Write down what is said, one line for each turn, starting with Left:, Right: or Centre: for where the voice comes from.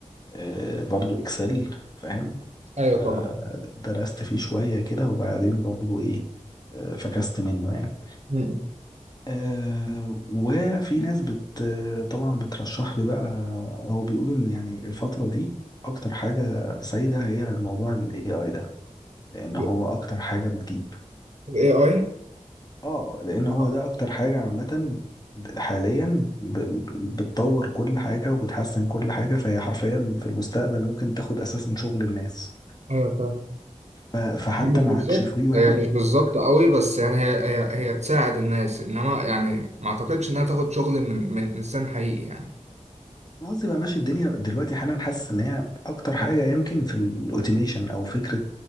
Left: آه، برضو اكسل فاهم
Right: ايوه
Left: فدرست
Right: طبعا
Left: فيه شوية كده وبعدين برضو ايه آه، فكست منه يعني
Right: مم.
Left: آه، وفي ناس بت طبعا بترشح لي بقى او بيقولوا ان يعني الفترة دي اكتر حاجة سايدة هي موضوع ال AI ده لان هو
Right: ال
Left: اكتر حاجة بتجيب
Right: AI
Left: اه لان هو
Right: اه.
Left: ده اكتر حاجة عامة حاليا ب- ب- بتطور كل حاجة وبتحسن كل حاجة فهي حرفيا في المستقبل ممكن تاخد اساسا شغل الناس
Right: ايوه فاهم
Left: ف- فحتى
Right: هي مش
Left: ما
Right: بالظبط
Left: عادش في واحد
Right: هي مش بالظبط قوي بس يعني هي هي هي تساعد الناس انما يعني ما اعتقدش انها تاخد شغل من من انسان حقيقي يعني
Left: انا قصدي بقى ماشي الدنيا دلوقتي حالا حاسس ان هي اكتر حاجه يمكن في الاوتوميشن او فكره